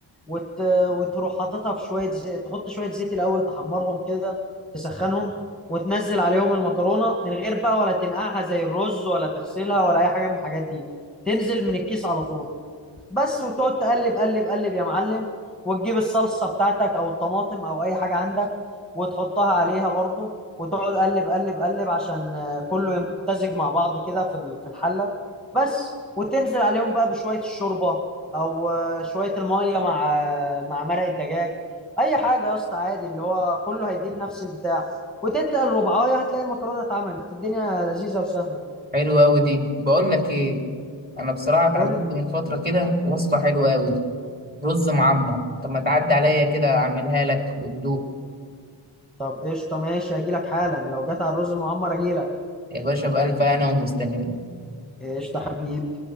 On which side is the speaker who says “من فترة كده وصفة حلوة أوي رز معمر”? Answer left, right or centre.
Right